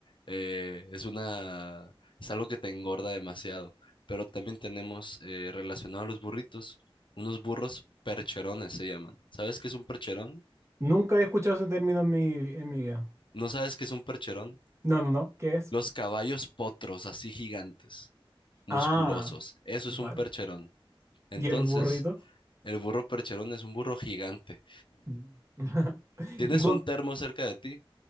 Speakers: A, on the left (about 55°); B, on the right (about 30°).
A: eh, es una, es algo que te engorda demasiado. Pero también tenemos eh, relacionado a los burritos, unos burros percherones se llaman. ¿Sabes qué es un percherón?
B: Nunca he escuchado ese término en mi, en mi vida.
A: ¿No sabes qué es un percherón?
B: No, no, no. ¿Qué es?
A: Los caballos potros, así gigantes, musculosos.
B: Ah,
A: Eso
B: vale.
A: es un percherón. Entonces,
B: ¿Y el burrito?
A: el burro percherón es un burro gigante.
B: Mm. <laughs>
A: Tienes
B: Y con...
A: un termo cerca de ti.